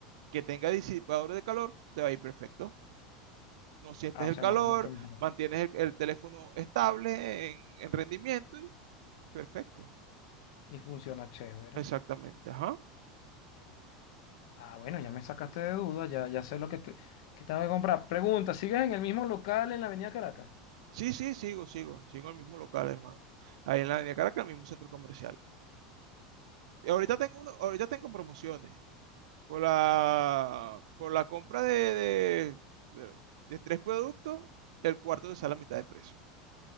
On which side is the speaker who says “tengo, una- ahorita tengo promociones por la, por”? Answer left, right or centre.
Right